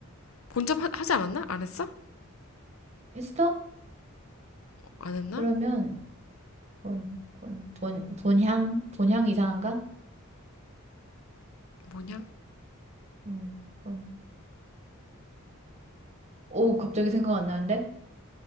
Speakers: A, on the left; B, on the right.
A: 본점 하, 하지 않았나? 안 했어?
B: 했어?
A: 안 했나?
B: 그러면, 본, 본, 본, 본향? 본향 이상한가?
A: 뭐냐
B: 음, 본. 오, 갑자기 생각 안 나는데?